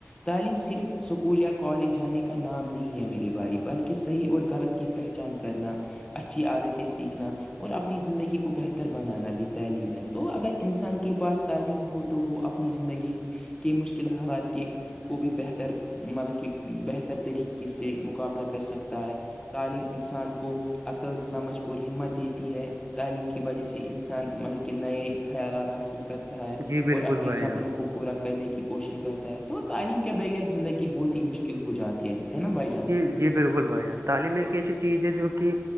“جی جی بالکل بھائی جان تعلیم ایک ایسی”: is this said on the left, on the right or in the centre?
Right